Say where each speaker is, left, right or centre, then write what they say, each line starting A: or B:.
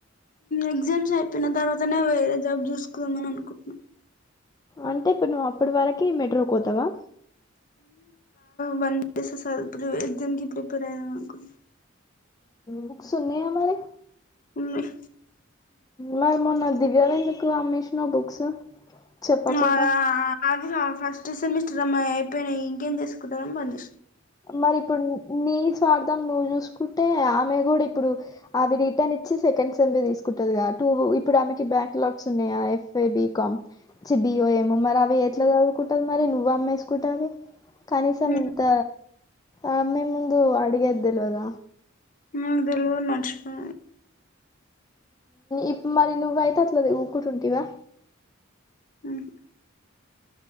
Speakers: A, on the left; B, on the left.
A: ఎగ్జామ్స్ అయిపోయిన తర్వాతనే వేరే జాబ్ చూసుకుదామని అనుకుంటున్నాం
B: అంటే ఇప్పుడు నువ్వు అప్పటి వరకి మెట్రో కోతావా
A: వన్ అసలు ఎగ్జామ్కిి ప్రిపేర్ అయ్యంనుకు <unintelligible>
B: బుక్స్ ఉన్నాయ మరి
A: హ్మ్
B: మరి మొన్న దివ్యవి ఎందుకు అమ్మేష్నవ్ బుక్స్ చెప్పకుండా
A: అ అది ఫస్ట్ సెమిస్టర్ అమ్మా అయిపోయినాయి ఇంకేం చేసుకుంటానని
B: మరి ఇప్పుడు నీ వాడదాం నువ్వు చూసుకుంటే ఆమె గుడా ఇప్పుడు అవి రిటర్న్ ఇచ్చి సెకండ్ సెంవి తీసుకుంటది కా ఇప్పుడు ఆమెకి బ్యాక్ లాక్స్ ఉన్నాయా ఎఫ్ బీకాం బి ఓ యం మరి అవి ఎట్లా చదువు కుంటది మరి నువ్వు అమ్మేసుకుంటే అవి కనీసం
A: హ్మ్.
B: నింత ఆమె ముందు అడిగేది దెల్వద
A: నాకు తెలుగులు మర్షిపో
B: ఇప్పు మరి నువ్వుయితే అట్లది ఊకుటి ఉంటివా
A: ఆ <unintelligible>